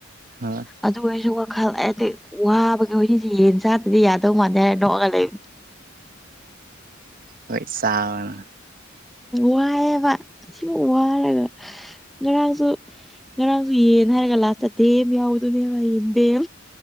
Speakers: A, on the right (about 45°); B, in the centre.
A: ꯍꯣꯏ
B: ꯑꯗꯨ ꯑꯣꯏꯔꯁꯨ ꯈꯜꯂꯗꯤ ꯋꯥꯕꯒꯤ ꯍꯧꯖꯤꯛꯁꯦ ꯌꯦꯟ ꯆꯥꯗꯗꯤ ꯌꯥꯗꯧ ꯃꯥꯟꯗꯦ ꯍꯥꯏꯔ ꯅꯣꯛꯑꯒ ꯂꯩ
A: ꯍꯣꯏ ꯆꯅ
B: ꯋꯥꯏꯑꯦꯕ ꯁꯤꯃ ꯋꯥꯔꯒ ꯉꯔꯥꯡꯁꯨ ꯉꯔꯥꯡꯁꯨ ꯌꯦꯟ ꯍꯥꯏꯔꯒ ꯂꯥꯛ ꯆꯗꯦ ꯌꯥꯎꯕꯗꯨꯅꯦ ꯃꯥ ꯌꯦꯟꯗꯦ